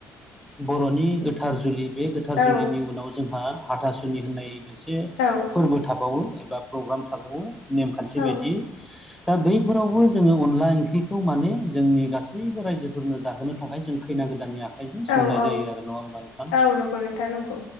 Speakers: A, in the centre; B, on the left.
A: बर'नि गोथार जुलि बे गोथार
B: औ
A: जुलिनि उनाव जोंहा हाथासुनि होननाय मोनसे
B: औ
A: फोरबो थाबावो। बा प्रग्राम थाबावो नेमखान्थि बायदि
B: औ
A: दा बैफोरावबो जोङो अनला ओंख्रिखौ माने जोंनि गासैबो रायजोफोरनो जाहोनो थाखाय जों खैनानै गोदाननि आखाइजों संनाय
B: औ औ
A: जायो आरो नङा होनबा नोंथां?
B: औ नंगौ नोंथां नंगौ